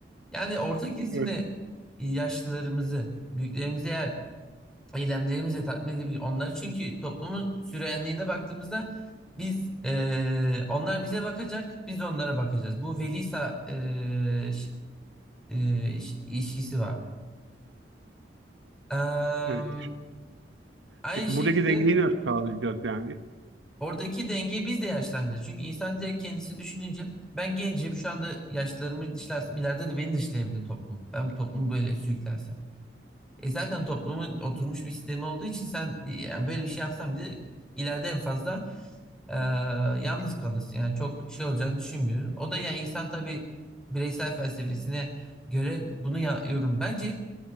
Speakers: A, in the centre; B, on the right.
A: Yani orta kesimle
B: Evet.
A: yaşlılarımızı, büyüklerimizi eğer eylemlerimizle tatmin edebilir onları. Çünkü toplumun süreyenliğine baktığımızda biz eee, onlar bize bakacak, biz onlara bakacağız. Bu velisa eee ş- eee, ş- ilişkisi var. Eee,
B: Evet.
A: aynı
B: Peki
A: şekilde
B: buradaki dengeyi nasıl sağlayacağız yani?
A: oradaki dengeyi biz de yaşlanacağız. Çünkü insan direkt kendisi düşününce ben gencim şu anda yaşlarımı dışlarsam ileride de beni dışlayabilir toplum. Ben bu toplumu böyle sürüklersem. E zaten toplumun oturmuş bir sistemi olduğu için sen yani böyle bir şey yapsan bile ileride en fazla Ee, yalnız kalırsın. Yani çok şey olacağını düşünmüyorum. O da yani insan tabii bireysel felsefesine göre bunu ya- yorum. Bence